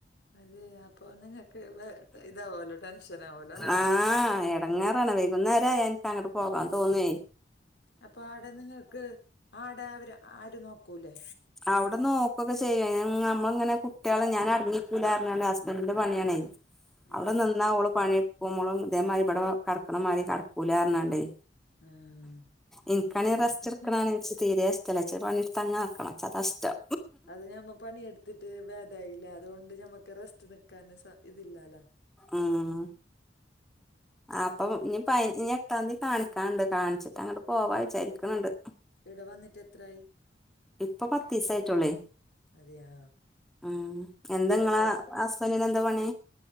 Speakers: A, on the left; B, in the centre.
A: അതെ അപ്പൊ നിങ്ങക്ക് വേ ഇതാവോലോ ടെൻഷൻ ആവോലോ അല്ല
B: ആഹ് എടങ്ങേറാണ വൈ വൈകുന്നേരായ ഇൻക്ക് അങ്ങട് പോകാൻ തോന്നേ
A: അപ്പൊ ആടെ നിങ്ങക്ക് ആടെ അവര് ആര് നോക്കൂലെ
B: അവിടെ നോകുഒക്കെ ചെയ്യും നമ്മളിങ്ങനെ കുട്ട്യാള് ഞാന് അടങ്ങിക്കൂലാന്ന് പറഞാണ്ട് ഹസ്ബൻ്റിന്റെ പണിയാണേ അവിടെ
A: ആഹ്
B: നിന്നാ ഓള് പണിടുക്കും ഓള് ഇതേമാതിരി ഇവിടെ കെടക്കണ മാതിരി കെടക്കൂന്നറിഞ്ഞ്കാണ്ടേ
A: ആഹ്
B: ഇൻകാണേ
A: അത്ണ്ട്
B: റസ്റ്റ്‌ ഇട്ക്ണ ആലോയ് തീരെേ ഷ്ടല്ല ഇച്ച് പണിട്ത്ത് ങ്ങനെ ടക്കണം ഇച്ച് അതാ ഇഷ്ടം
A: അത് ഞമ്മ പണിയെടുത്തിട്ട് വേദായില്ലേ അതുകൊണ്ട് ഞമ്മക്ക് റെസ്റ്റ് നക്കാന് ഇതില്ലാലോ.
B: ഉം ആ ആ ഇപ്പ നീ പ ഞ്ഞി എട്ടാംതി കാണിക്കാൻണ്ട് കാണിച്ചിട്ട് അങ്ങട് പോവാ വിചാരിക്ണ്ണ്ട്
A: ഈട വന്നിട്ട് എത്രായി
B: ഇപ്പ പത്തീസായിട്ടുള്ളേ
A: അതെയാ
B: ഉം എന്താ
A: എവിടെ
B: ങ്ങളാ ഹസ്ബൻറിന് എന്താ പണി